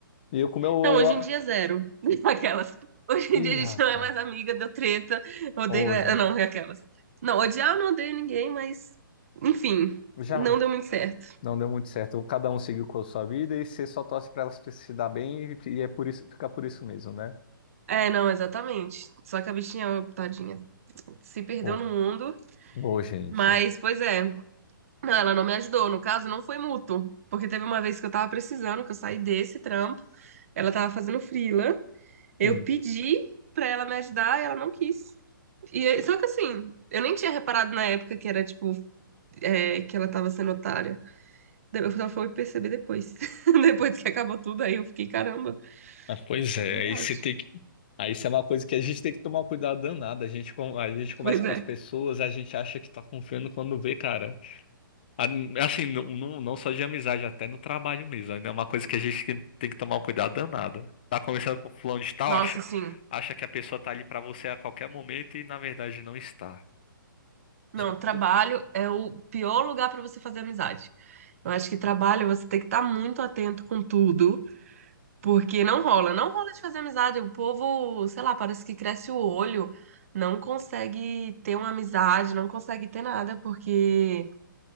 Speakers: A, on the left; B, on the right.
A: E eu com o meu.
B: Não, hoje
A: a-
B: em dia é zero. <laughs> Aquelas. Hoje
A: Ih,
B: em dia a gente
A: rapaz.
B: não é mais amiga, deu treta, odeio
A: Ô,
B: ela.
A: gente,
B: Não, é aquelas. Não, odiar eu não odeio ninguém, mas. Enfim,
A: já
B: não deu muito certo.
A: não deu muito certo. Cada um seguiu com a sua vida e você só torce para elas se dar bem e e é por isso, fica por isso mesmo, né?
B: É, não, exatamente. Só que a bichinha, ó, tadinha, se perdeu
A: Ô,
B: no mundo.
A: ô, gente.
B: Mas, pois é. Não, ela não me ajudou. No caso, não foi mútuo. Porque teve uma vez que eu tava precisando, que eu saí desse trampo. Ela tava fazendo freela. Eu
A: Sim.
B: pedi pra ela me ajudar e ela não quis. E, aí- só que assim, eu nem tinha reparado na época que era, tipo, é, que ela tava sendo otária. Daí Eu só fui perceber depois. <laughs> Depois que acabou tudo, aí eu fiquei, caramba,
A: Ah, pois
B: é
A: é,
B: verdade.
A: aí você tem que. Aí isso é uma coisa que a gente tem que tomar cuidado danado. A gente, com- a gente começa
B: Pois
A: com
B: é.
A: as pessoas, a gente acha que tá confiando quando vê, cara. A- Assim, não, não não só de amizade, até no trabalho mesmo. Ainda é uma coisa que a gente tem tem que tomar um cuidado danado. Tá conversando com fulano de tal,
B: Nossa,
A: acha,
B: sim.
A: acha que a pessoa tá ali pra você a qualquer momento e na verdade não está.
B: Não,
A: Já aconteceu.
B: trabalho é o pior lugar pra você fazer amizade. Eu acho que trabalho você tem que estar muito atento com tudo, porque não rola, não rola de fazer amizade. O povo, sei lá, parece que cresce o olho, não consegue ter uma amizade, não consegue ter nada, porque